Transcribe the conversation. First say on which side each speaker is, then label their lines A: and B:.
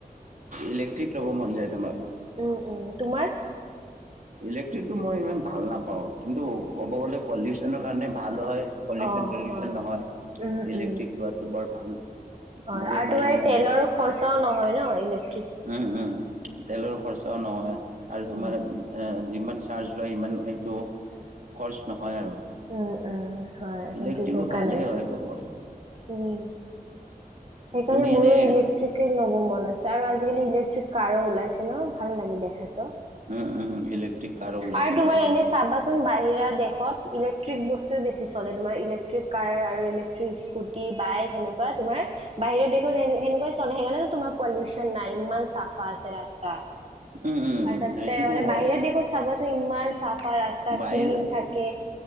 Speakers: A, on the right (about 55°); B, on the right (about 40°).
A: ইলেক্ট্ৰিক ল'ব মন যায় তোমাক
B: উম উম তোমাৰ
A: ইলেক্ট্ৰিকটো মই ইমান ভাল নাপাওঁ কিন্তু ক'ব গ'লে পলিউচনৰ কাৰণে ভাল হয় পলিউচন
B: অ',
A: চলিউশন
B: হয়।
A: নহয়
B: উম,
A: ইলেক্ট্ৰিক
B: উম।
A: লোৱাটো বৰ ভাল
B: হয়,
A: বহুত
B: আৰু
A: মানুহে
B: তোমাৰ এ তেলৰ
A: আজি
B: খৰচাও নহয় ন' ইলে
A: <unintelligible> তেলৰ খৰচাও নহয় আৰু
B: উম।
A: তোমাৰ যিমান চাৰ্জ লয় সিমান সেইটো খৰচ নহয় আৰু।
B: উম, উম, হয় সেইটো
A: ইলেক্ট্ৰিকো
B: সেইকাৰণে।
A: ভালেই হয় ক'ব
B: উম, সেইকাৰণে
A: তুমি
B: মোৰো
A: এনে
B: ইলে ল'ব মন আছে আৰু আজিকালি ইলেক্ট্ৰিক কাৰো ওলাইছে ন' ভাল লাগে দেখাত।
A: উম, উম, ইলেকট্ৰিক কাৰো ওলাইছে
B: আৰু তোমাৰ
A: হয়
B: এনে চাবাচোন বাহিৰা দেশত ইলেক্ট্ৰিক বস্তুৱে বেছি চলে তোমাৰ ইলেক্ট্ৰিক কাৰ আৰু ইলেক্ট্ৰিক স্কুটি বাইক সেনেকুৱা তোমাৰ বাহিৰত দেখোন সেনেকুৱাই চলে সেকাৰেনেটো তোমাৰ পলিউচন নাই ইমান চাফা আছে ৰাস্তা <inaudible>
A: উম উম
B: আৰু তাতে
A: সেইটোতো
B: মানে
A: হয়
B: বাহিৰা দেশত চাবাচোন ইমান চাফা ৰাস্তা
A: বাহিৰ
B: ক্লিন থাক কে